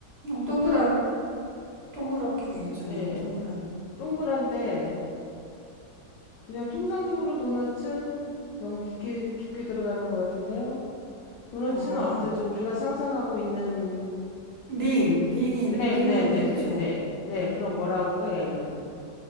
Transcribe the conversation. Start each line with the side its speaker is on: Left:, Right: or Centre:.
Right: 어,
Left: 보편
Right: 동그라, 동그랗게 돼 있잖아요.
Left: 예.
Right: 동그란.
Left: 동그란데 그냥 통상적으로 도넛은 너무 깊게 깊게 들어가는 것 같은데요. 도넛은
Right: 아,
Left: 어떠죠? 우리가 상상하고 있는
Right: 링. 링이,
Left: 네,
Right: 링으로
Left: 네, 네,
Right: 돼 있죠.
Left: 네, 네, 네. 그럼 뭐라고 할까 얘는?